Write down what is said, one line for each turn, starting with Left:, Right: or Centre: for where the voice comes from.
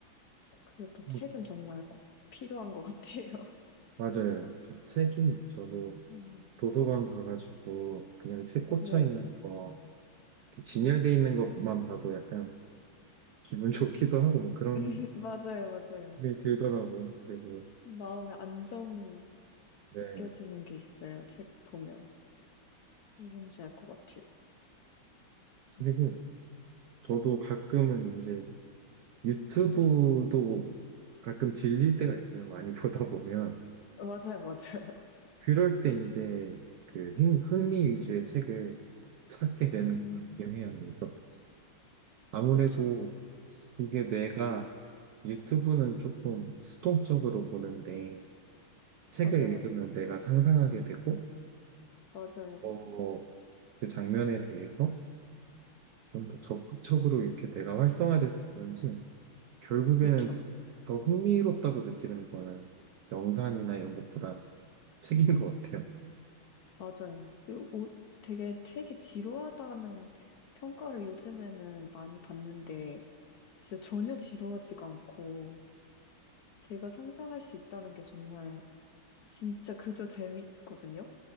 Left: 그래도
Right: 뭐,
Left: 책은 정말 꼭 필요한 것 같아요. <laughs>
Right: 맞아요. 저- 책이 저도
Left: 음,
Right: 도서관 가가지고 그냥 책 꽂혀
Left: 네,
Right: 있는 거, 이렇게 진열돼
Left: 네.
Right: 있는 것만 봐도 약간 기분 <laughs> 좋기도 하고 뭐 그런
Left: <laughs> 맞아요, 맞아요.
Right: 기분이 들더라고요. 그리고,
Left: 마음의 안정이
Right: 네.
Left: 느껴지는 게 있어요. 책 보면. 뭔지 알 것 같아요. 그렇죠.
Right: 그리고 저도 가끔은 이제 유튜브도
Left: 네.
Right: 가끔 질릴 때가 있어요. 많이 <laughs> 보다 보면.
Left: 맞아요, 맞아요. <laughs>
Right: 그럴 때 이제 그 흥- 흥미 위주의 책을 찾게 되는
Left: 음,
Right: 것 같긴 해요. 그래서 아무래도
Left: 그쵸.
Right: 이게 뇌가 유튜브는 조금 수동적으로 보는데 책을
Left: 맞아요.
Right: 읽으면 내가 상상하게 되고
Left: 맞아요,
Right: 어,
Left: 맞아요.
Right: 그 장면에 대해서 좀 더 적극적으로 이렇게 내가 활성화돼서 그런지 결국에는
Left: 그쵸.
Right: 더 흥미롭다고 느끼는 거는 영상이나 이런 것보다 책인 것 같아요.
Left: 맞아요. 그리고 오- 되게 책이 지루하다는 평가를 요즘에는 많이 받는데, 진짜 전혀 지루하지가 않고, 제가 상상할 수 있다는 게 정말 진짜 그저 재밌거든요.